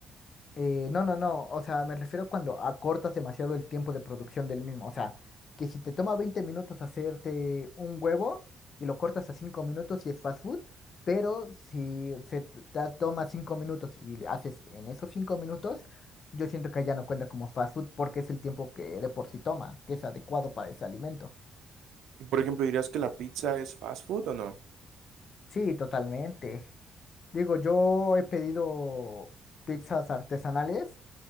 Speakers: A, on the left (about 50°); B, on the right (about 80°).
A: Eh, no, no, no. O sea, me refiero cuando acortas demasiado el tiempo de producción del mismo. O sea, que si te toma 20 minutos hacerte un huevo y lo cortas a 5 minutos y es fast food, pero si se t- te toma 5 minutos y haces en esos 5 minutos, yo siento que ya no cuenta como fast food porque es el tiempo que de por sí toma, que es adecuado para ese alimento.
B: Y por ejemplo, ¿dirías que la pizza es fast food o no?
A: Sí, totalmente. Digo, yo he pedido pizzas artesanales